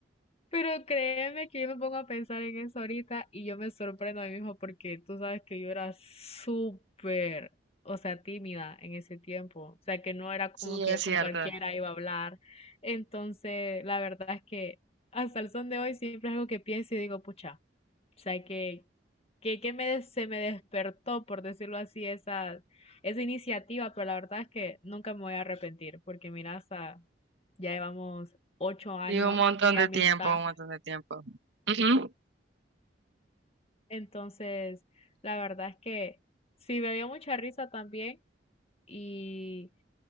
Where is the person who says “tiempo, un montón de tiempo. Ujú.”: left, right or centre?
Right